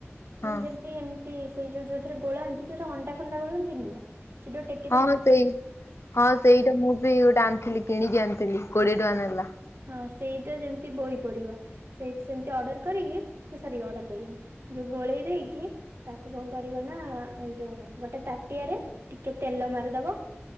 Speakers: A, on the left; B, on the right.
A: ହଁ
B: ମାନେ ଯେମତି ଏମତି ସେଇ ଯୋଉ ଯୋଉଥିରେ ଗୋଳାନ୍ତି ଯୋଉଥିରେ ଅଣ୍ଡା ଫଣ୍ଡା ଗୋଳନ୍ତିନି ନା ସେଡୋ ଟେକ୍
A: ହଁ ହଁ ସେଇ ହଁ ସେଇଟା ମୁଁ ବି ଗୋଟେ ଆଣିଥିଲି କିଣିକି ଆଣିଥିଲି କୋଡିଏ ଟଙ୍କା ନେଲା।
B: ହଁ ସେଇଟା ଯେମତି ବହି ପଡିବ। ସେଇ ସେମତି ଅର୍ଡ଼ର କରିକି ମୁ ସରି ଅର୍ଡ଼ର କଇଲିଣି ଯେଉଁ ଗୋଳେଇ ଦେଇକି ତାକୁ କଣ କରିବ ନା ଏଇ ଯୋଉ ଗୋଟେ ତାଟିଆରେ ଟିକେ ତେଲ ମାରିଦବ।